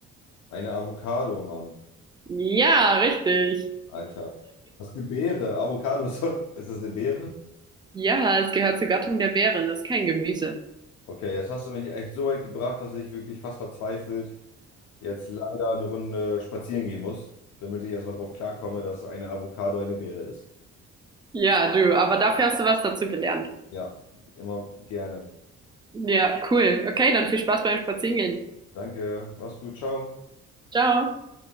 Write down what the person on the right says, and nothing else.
Ja, richtig.
Ja, es gehört zur Gattung der Beeren. Das ist kein Gemüse.
Ja, du, aber dafür hast du was dazu gelernt.
Ja, cool. Okay, dann viel Spaß beim Spazierengehen.
Ciao.